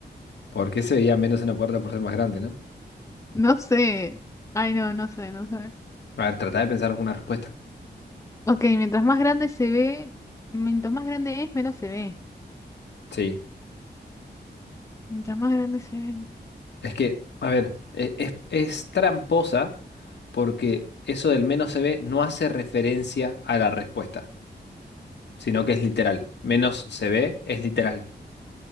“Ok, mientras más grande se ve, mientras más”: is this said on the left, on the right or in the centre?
Left